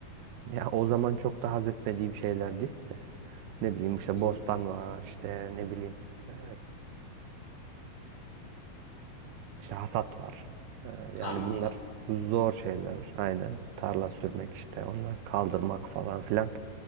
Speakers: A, on the right; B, on the left.
A: e, ya o zaman çok da haz etmediğim şeylerdi. Ne bileyim işte
B: Hı.
A: bostan var işte ne bileyim eee İşte hasat var. Ee,
B: Karman
A: Yani bunlar
B: kal.
A: zor şeyler. Aynen. Tarla sürmek işte onlar kaldırmak falan filan.